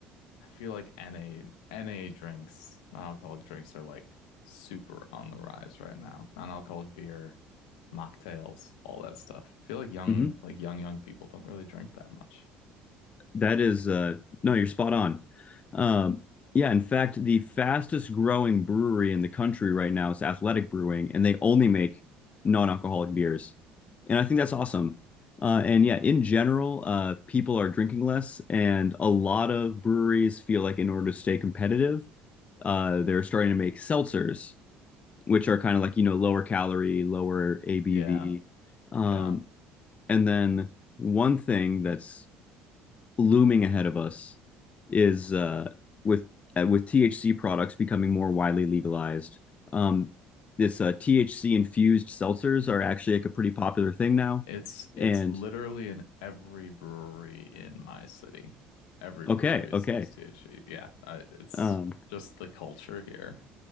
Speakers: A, on the left (about 80°); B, on the left (about 35°).
A: I feel like NA NA drinks, non-alcoholic drinks are like super on the rise right now. Non-alcoholic beer, mocktails, all that stuff. I feel like young
B: Mhm.
A: like young young people don't really drink that much.
B: That is, uh, no, you're spot on. Um, yeah, in fact, the fastest growing brewery in the country right now is Athletic Brewing, and they only make non-alcoholic beers. And I think that's awesome. Uh, and yeah, in general, uh, people are drinking less, and a lot of breweries feel like in order to stay competitive, uh, they're starting to make seltzers, which are kind of like, you know, lower calorie, lower ABV.
A: Yeah.
B: Um,
A: Yeah.
B: and then one thing that's looming ahead of us is uh, with uh, with THC products becoming more widely legalized. Um, this uh, THC infused seltzers are actually like a pretty popular thing now.
A: It's it's
B: And
A: literally in every brewery in my city. Every
B: okay,
A: brewery
B: okay,
A: sells THC. Yeah, I, it's
B: um,
A: just the culture here.